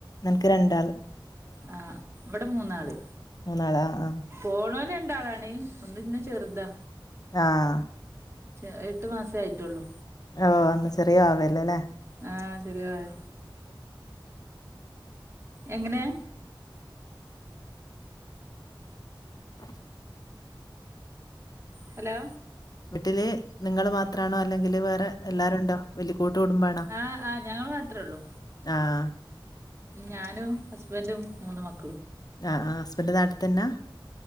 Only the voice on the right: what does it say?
ആ ഇവിടെ മൂന്നാള്
പോണ ക്ക്‌ രണ്ടാളാണ് ഒന്ന് ഇന്ന ചെറുതാ
റ്റ് എട്ട് മാസേ ആയിട്ടുള്ളൂ
ആഹ ചെറിയ വാവേ എങ്ങനെ
ഹലോ
ആ ആ ഞങ്ങൾ മാത്രേ ഉള്ളൂ
ഞാനും ഹസ്ബന്റും മൂന്ന് മക്ക്